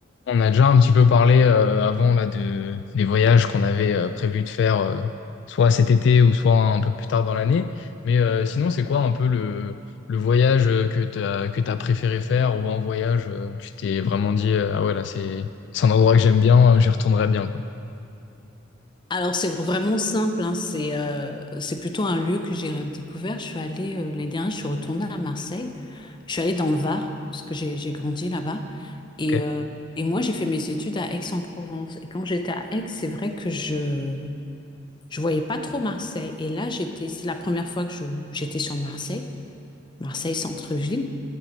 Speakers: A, on the left; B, on the left.
A: On a déjà un petit peu parlé euh, avant là de des voyages qu'on avait euh, prévu de faire euh, soit cet été ou soit un peu plus tard dans l'année. Mais euh, sinon, c'est quoi un peu le le voyage euh, que t'as que t'as préféré faire ou un voyage euh, où tu t'es vraiment dit euh, ah ouais là c'est c'est un endroit que j'aime bien, euh, j'y retournerai bien quoi.
B: Alors, c'est vraiment simple, hein. C'est euh, c'est plutôt un lieu que j'ai redécouvert. Je suis allée, euh, l'année dernière, je suis retournée à Marseille. Je suis allée dans le Var, parce que j'ai j'ai grandi là-bas. Et,
A: Ok.
B: euh, et moi, j'ai fait mes études à Aix-en-Provence. Et quand j'étais à Aix, c'est vrai que je je voyais pas trop Marseille. Et là, j'étais, c'est la première fois que je j'étais sur Marseille, Marseille centre-ville.